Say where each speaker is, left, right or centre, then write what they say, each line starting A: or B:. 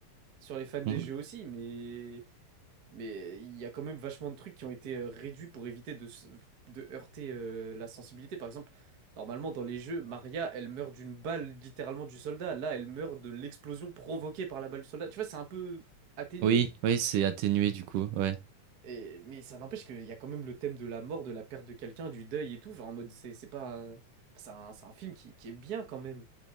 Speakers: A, on the right (about 50°); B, on the right (about 75°).
A: sur les fans des
B: On-
A: jeux aussi, mais mais il y a quand même vachement de trucs qui ont été euh, réduits pour éviter de se- de heurter euh, la sensibilité. Par exemple, normalement dans les jeux, Maria, elle meurt d'une balle littéralement du soldat. Là, elle meurt de l'explosion provoquée par la balle du soldat. Tu vois, c'est un peu atténué
B: Oui, oui, c'est atténué du coup, ouais.
A: et, mais ça n'empêche qu'il y a quand même le thème de la mort, de la perte de quelqu'un, du deuil et tout. Genre en mode, c'est c'est pas. un- C'est un, c'est un film qui, qui est bien quand même.